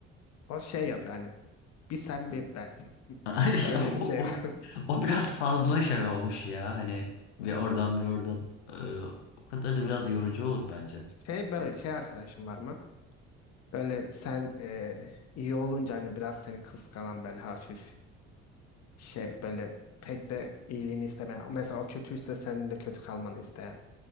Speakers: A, on the left; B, on the left.
A: O şey yapıyor hani. Bir sen bir ben. <laughs>
B: <laughs>
A: Öyle
B: Ya O,
A: bir şey
B: o,
A: var.
B: o biraz fazla şey olmuş ya. Hani bir oradan bir oradan. Ee, o kadar da biraz yorucu olur bence.
A: <laughs> Şey böyle şey arkadaşım var mı? Böyle sen e, iyi olunca hani biraz seni kıskanan böyle hafif. şey böyle pek de iyiliğini istemeyen. Mesela o kötüyse senin de kötü kalmanı isteyen.